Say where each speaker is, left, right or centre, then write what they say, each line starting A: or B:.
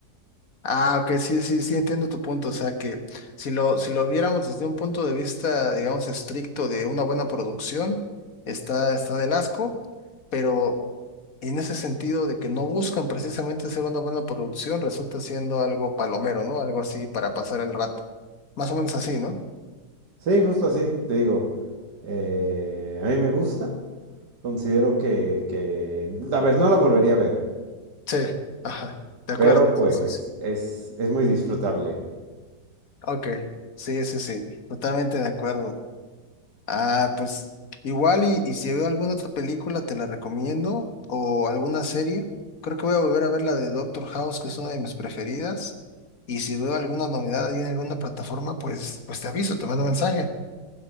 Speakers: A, on the left; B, on the right.
A: Ah, ok, sí, sí, sí, entiendo tu punto. O sea, que si lo, si lo viéramos desde un punto de vista, digamos, estricto de una buena producción, está, está del asco, pero en ese sentido de que no buscan precisamente ser una buena producción, resulta siendo algo palomero, ¿no? Algo así para pasar el rato. Más o menos así, ¿no?
B: Sí, justo así, te digo, eh, a mí me gusta, considero que, que, a ver, no la volvería a ver,
A: Sí, ajá, de acuerdo.
B: pero pues
A: Sí, sí, sí.
B: es, es muy disfrutable.
A: Ok, sí, sí, sí, totalmente de acuerdo. Ah, pues igual y, y si veo alguna otra película te la recomiendo o alguna serie. Creo que voy a volver a ver la de Doctor House, que es una de mis preferidas. Y si veo alguna novedad ahí en alguna plataforma, pues, pues te aviso, te mando mensaje.